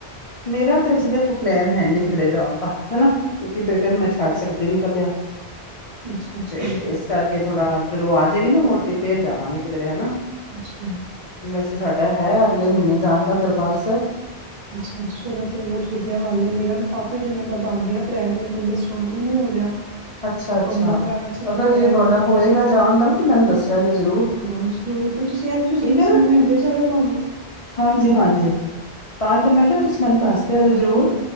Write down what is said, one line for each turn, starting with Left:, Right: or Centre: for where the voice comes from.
Left: ਮੇਰਾ ਤੇ ਅਜੇ ਤ ਕੋ ਪਲੈਨ ਹੈ ਨ ਕਿਧਰੇ ਜਾਣ ਦਾ ਹਨਾ ਕਿਉਂਕਿ ਬੇਟੇ ਨੂੰ
Right: ਹਮ,
Left: ਮੈਂ ਛੱਡ ਸਕਦੀ ਨਿਕਲਿਆ
Right: ਅੱਛਾ ਅੱਛਾ
Left: ਤੇ ਇਸ ਕਰਕੇ ਥੋੜ੍ਹਾ ਜਦੋਂ ਆ ਜਾਵੇਗੀ ਨਾ ਉਹਟੀ ਫੇਰ ਜਾਵਾਂਗੇ ਕਿਧਰੇ ਹਨਾ
Right: ਅੱਛ
Left: ਵੈਸੇ ਸਾਡਾ ਹੈ ਅਗਲੇ ਮਹੀਨੇ ਜਾਣ ਦਾ ਦਰਬਸ
Right: ਅੱਛਾ ਸੋ ਤੋਂ ਬਹੁਤ ਵਧੀਆ ਗੱਲ ਹੈ ਮੇਰਾ ਵੀ ਕਾਫੀ ਦਿਨਾਂ ਦਾ ਬਣ ਰਿਹਾ ਪਲੈਣ ਲੇਕਿਨ ਪਰੇਸ਼ਾਨ ਹ ਨਹੀਂ ਹੋ ਰਿਹਾ
Left: ਅੱਛਾ ਅੱਛਾ
Right: ਕੰਮਾਂ ਕਾਰਾਂ 'ਚ ਹੀ ਲੱਗੇ
Left: ਅਗਰ
Right: ਰਹਿ
Left: ਜੇ ਤੁਹਾਡਾ
Right: ਜਾਂਦੇ ਹਾਂ
Left: ਹੋਏਗਾ ਜਾਣ ਦਾ ਨਾ ਤਾਂ ਮੈਨੂੰ ਦੱਸਿਆ ਜੇ ਜ਼ਰੂਰ
Right: ਹਾਂ ਜ਼ਰੂਰ ਫਿਰ ਤੁਸੀਂ ਇੱਥੇ
Left: ਠੀਕ
Right: ਸਮਝ
Left: ਏ
Right: ਸਮਝ
Left: ਨਾ
Right: ਲੈਂਦੇ ਜਾਇਓ ਭਾਵੇਂ
Left: ਹਾਂਜੀ ਹਾਂਜੀ ਤਾਂ ਹੀ ਤੇ ਮੈਂ ਕਿਹਾ ਤੁਸੀਂ ਮੈਨੂੰ ਦੱਸ ਜ਼ਰੂਰ